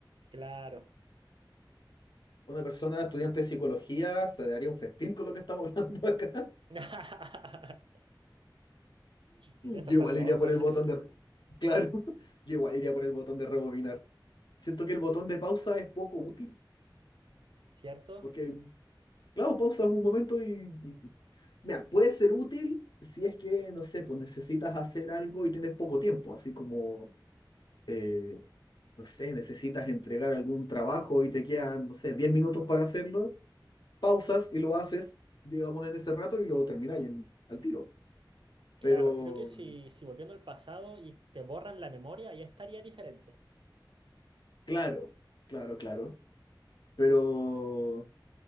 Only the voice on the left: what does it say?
Una persona estudiante de psicología se daría un festín con lo que estamos <laughs> hablando acá.
Yo
igual
iría por el
botón de... Claro, <laughs> yo igual iría por el botón de rebobinar. Siento que el botón de pausa es poco útil,
porque, claro, pausa es un momento y... y- Mira, puede ser útil si es que, no sé, pues necesitas hacer algo y tienes poco tiempo, así como, eh, no sé, necesitas entregar algún trabajo y te quedan, no sé, 10 minutos para hacerlo, pausas y lo haces, digamos, en ese rato y lo termináis en- al tiro.
Pero,
claro, claro, claro. Pero...